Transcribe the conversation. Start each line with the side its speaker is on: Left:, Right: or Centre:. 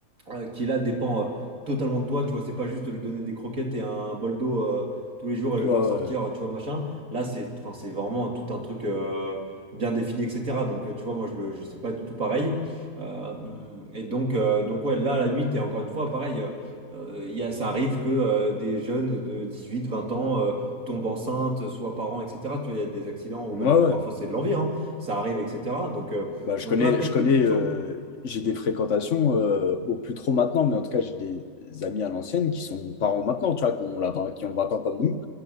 Right: euh, qui là dépend euh, totalement de toi, tu vois, c'est pas juste lui donner des croquettes et un bol d'eau euh, tous les jours et le
Left: Ouais,
Right: faire
Left: ouais,
Right: sortir, euh, tu vois, machin. Là, c'est enfin, c'est vraiment tout un truc euh, bien défini, etc. Donc, euh, tu vois, moi, je le, je sais pas du tout pareil. Euh, et donc, euh, donc, ouais, là, à la limite, et encore une fois, pareil, euh, euh, il y a, ça arrive que euh, des jeunes de 18, 20 ans euh, tombent enceintes, soient parents, etc. Tu vois, il y a des accidents, ou
Left: ouais.
Right: même
Left: ouais.
Right: de- parfois
Left: ouais.
Right: c'est de l'envie, hein, ça arrive, etc. Donc, euh,
Left: Bah, je
Right: donc
Left: connais,
Right: là, peut-être
Left: je connais,
Right: que tu te
Left: euh,
Right: sens.
Left: j'ai des fréquentations, euh, bon, plus trop maintenant, mais en tout cas, j'ai des amis à l'ancienne qui sont parents maintenant, tu vois, qui ont, la vingt- qui ont 20 ans comme nous